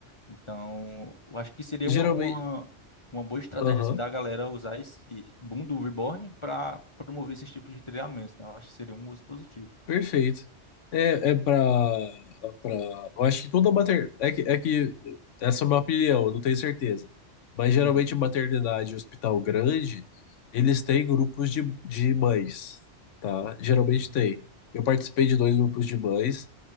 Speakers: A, on the left; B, on the left.
A: Então, eu acho que seria
B: Geralmente.
A: uma, uma, uma boa estratégia
B: Aham.
A: assim, da galera usar esse boom do Reborn para promover esses tipos de treinamentos, né? Eu acho que seria um uso positivo.
B: Perfeito. É, é pra, é pra. Eu acho que toda maternidade. É que, é que. Essa é uma opinião, eu não tenho certeza. Mas geralmente
A: Uhum,
B: maternidade e hospital grande, eles têm grupos de, de mães, tá? Geralmente
A: uhum,
B: tem. Eu participei de dois grupos de mães,